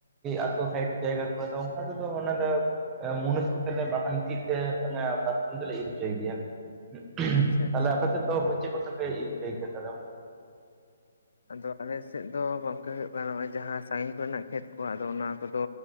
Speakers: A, on the right; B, on the left.
A: ᱟᱛᱳ ᱥᱟᱭᱤᱰ ᱡᱟᱭᱜᱟ ᱠᱚ ᱚᱱᱠᱟ ᱛᱮᱫᱚ ᱚᱱᱟ ᱫᱚ ᱢᱩᱱᱤᱥ ᱠᱚᱛᱮᱞᱮ ᱵᱟᱠᱷᱟᱱ ᱛᱤ ᱛᱮ ᱚᱱᱮ ᱫᱟᱛᱨᱚᱢ ᱛᱮᱞᱮ ᱤᱨ ᱦᱚᱪᱚᱭ ᱜᱮᱭᱟ᱾ ᱩᱦ
B: ᱟᱪᱪᱷᱟ
A: ᱦᱚᱸ
B: ᱟᱪᱪᱷᱟ
A: ᱛᱟᱦᱚᱞᱮ ᱟᱯᱮ ᱥᱮᱫ ᱫᱚ ᱪᱮᱫ ᱠᱚᱛᱮ ᱯᱮ ᱤᱨ ᱤᱭᱩᱪᱚᱭ ᱜᱮᱭᱟ ᱛᱟᱦᱮ?
B: ᱟᱫᱚ ᱟᱞᱮ ᱥᱮᱫ ᱫᱚ ᱜᱚᱝᱠᱮ ᱦᱩᱭᱩᱜ ᱠᱟᱱᱟ ᱱᱚᱜᱚᱭ ᱡᱟᱦᱟᱸ ᱥᱟᱜᱤᱧ ᱠᱚ ᱨᱮᱱᱟᱜ ᱠᱷᱮᱛ ᱠᱚ ᱟᱫᱚ ᱚᱱᱟ ᱠᱚᱫᱚ